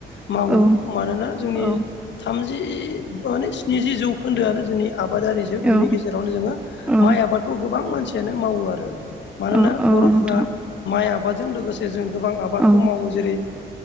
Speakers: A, on the left; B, in the centre.
A: मावो
B: औ
A: मानोना जोंनि
B: औ
A: थामजि माने स्निजि जौखोन्दोआनो जोंनि आबादारि जोब
B: औ
A: बिनि गेजेरावनो जोङो
B: औ
A: माइ आबादखौ गोबां मानसियानो मावो आरो मानोना
B: औ औ
A: बर'फ्रा
B: नोंथां
A: माइ आबादजों लोगोसे जों गोबां आबादखौ
B: औ
A: मावो जेरै